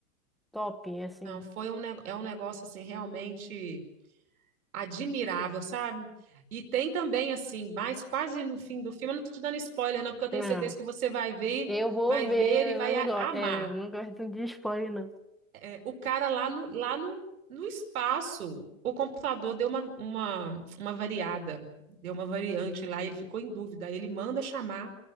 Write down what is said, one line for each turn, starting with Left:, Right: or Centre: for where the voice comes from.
Centre: top, assim.
Right: não, foi um, ne- é um negócio assim realmente admirável, sabe? E tem também, assim, mais quase no fim do filme, eu não tô te dando spoiler, não, porque eu tenho
Centre: Não,
Right: certeza que você vai ver,
Centre: eu vou
Right: vai
Centre: ver,
Right: ver e vai
Centre: eu não
Right: a-
Centre: gosto,
Right: amar.
Centre: é, eu não gosto de spoiler, não.
Right: É, o cara lá no, lá no, no espaço, o computador deu uma, uma, uma variada, deu uma variante lá, e ele ficou em dúvida. Aí ele manda chamar